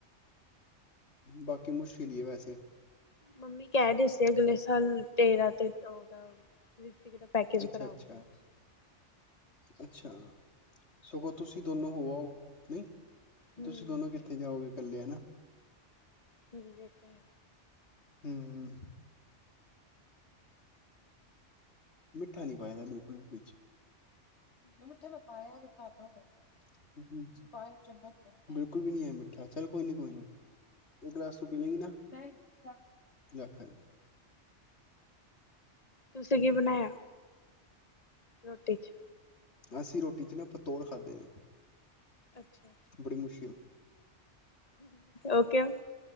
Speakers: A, on the left; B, on the left.
A: ਬਾਕੀ ਮੁਸ਼ਲੀ ਈ ਐ ਵੈਸੇ।
B: ਮੰਮੀ ਕੈ ਰੇ ਸੀੇ ਅਗਲੇ ਸਾਲ ਤੇਰਾਂ ਤੇ ਓਦਾ ਰਿਤਕ ਦਾ ਪੈਕੇਜ
A: ਅੱਛਾ
B: ਕਰਾ
A: ਅੱਛਾ
B: ਦਿੰਨੇ।
A: ਅੱਛਾ ਸਗੋਂ ਤੁਸੀਂ ਦੋਨੋ ਹੋ ਆਓ, ਨਈ।
B: ਹਮ
A: ਤੁਸੀਂ ਦੋਨੋ ਕਿੱਥੇ ਜਾਓਗੇ ਕੱਲੇ ਨਾ।
B: ਟੀ ਵੀ ਵੇਖ ਦੈ।
A: ਹੂੰ ਹੂੰ ਮਿੱਠਾ ਨੀ ਪਾਈਦਾ ਬਿਲਕੁਲ ਵਿੱਚ ਮਿੱਠਾ ਮੈਂ ਪਾਇਆ ਵੀ ਘਟ <unintelligible> ਪਾਇਆ ਇਕ ਚਮਚ ਤਾ, ਬਿਲਕੁਲ ਵੀ ਨੀ ਏ ਮਿੱਠਾ ਚੱਲ ਕੋਈ ਨੀ ਕੋਈ ਨੀ ਇਹ ਗਲਾਸ ਤੂੰ ਪੀ ਲੇ ਗੀ ਨਾ। <unintelligible> ਰੱਖ ਆਈ
B: ਤੁਸੀਂ ਕੀ ਬਣਾਇਆ। ਰੋਟੀ 'ਚ'?
A: ਅਸੀਂ ਰੋਟੀ ਚ ਨਾ ਪਤੋਲ ਖਾਧੇ ਨੇ
B: ਅੱਛਾ।
A: ਬੜੀ ਮੁਸ਼ਕਿਲ
B: ਓ ਕਿਉ?